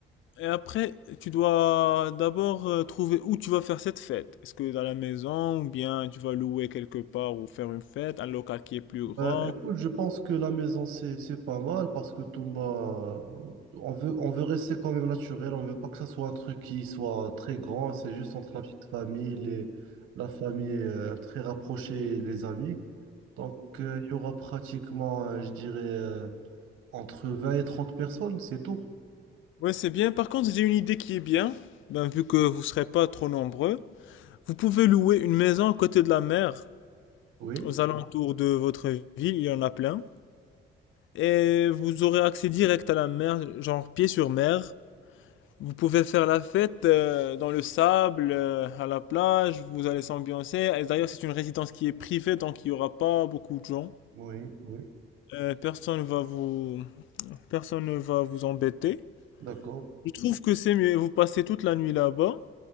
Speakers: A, on the left; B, on the right.
A: Et après, tu dois d'abord euh, trouver où tu vas faire cette fête. Est-ce que dans la maison ou bien tu vas louer quelque part ou faire une fête, un local qui est plus
B: bah,
A: grand.
B: écoute, je pense que la maison, c'est, c'est pas mal parce que tout, bah, on veut, on veut rester quand même naturel. On veut pas que ça soit un truc qui soit très grand. C'est juste entre la petite famille, les, la famille euh, très rapprochée et les amis. Donc, euh, il y aura pratiquement, euh, je dirais. euh, Entre 20 et 30 personnes, c'est tout.
A: Ouais, c'est bien. Par contre, j'ai une idée qui est bien. Ben, vu que vous serez pas trop nombreux, vous pouvez louer une maison à côté de la mer,
B: Oui,
A: aux alentours de votre ville, il y en a plein. Et vous aurez accès direct à la mer, genre pied sur mer. Vous pouvez faire la fête euh, dans le sable, euh, à la plage, vous allez s'ambiancer. Et d'ailleurs, c'est une résidence qui est privée, donc il n'y aura pas beaucoup de gens.
B: oui, oui,
A: Euh, personne va vous... personne ne va vous embêter.
B: d'accord.
A: Je trouve que c'est mieux. Vous passez toute la nuit là-bas